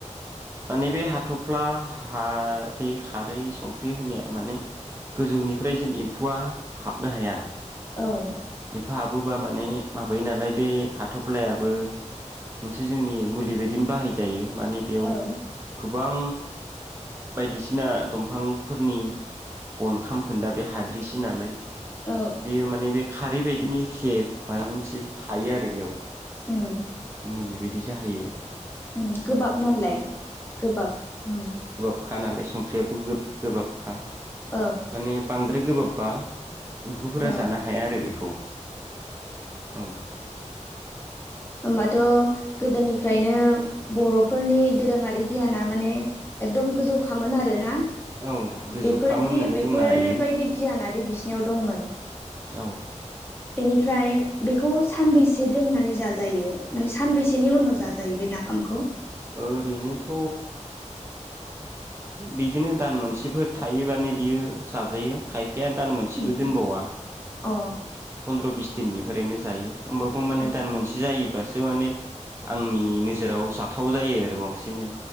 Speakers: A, on the right; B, on the left.
A: माने बे हाथ'फ्ला हा बे खारै संख्रि होनाया माने गोजौनिफ्राय जेन एम्फौआ हाबनो हाया।
B: औ
A: एम्फौ हाबोबा माने माबायो नालाय बे हाथफ्लायाबो मोनसे जोंनि मुलि बाय दिनो बाहायजायो। माने बेयाव
B: औ
A: बां बायदिसिना दंफांफोरनि बन खामखोनदा बे हाद्रिसो नालाय।
B: औ
A: बेयो माने बे खारै बाय दिनो एखे माबा मोनसे थायो आरो बेयाव
B: उम
A: मुलि बेदि जाहोयो।
B: उम गोबाब नालाय गोबाब ओम
A: खा नालाय संख्रियाबो गोब गोबाबखा।
B: औ
A: माने बांद्राय गोबाब बा एम्फौफोरा
B: अ औ
A: जानो हाया आरो बेखौ औ।
B: होमबाथ' गोदोनिफ्रायनो बर'फोरनि दोरोङारि गियाना माने एकदम गोजौ खामोन आरोना?
A: औ गोजौखाम
B: बेफोरदि
A: होननानै
B: बेफोरबायदि
A: बुंनो हायो
B: गियानादि बिसिनिव दंमोन
A: औ
B: बेनिफ्राय बेखौ सानबैसे दोननानै जा जायो माने सानबेसेनि उनाव जाजायो बे नाफामखौ?
A: ओरैनोथ' बिदिनो दान मोनसेफोर थायोबानो बियो जाजायो खाय फाया दान मोनसेबो
B: उम
A: दोनबावा।
B: अ।
A: ध्र बिस दिननिफ्रायनो जायो होमबाबो माने
B: उम
A: दान मोनसे जायोबासो माने आंनि नोजोराव जाथाव जायो आरो बांसिननो।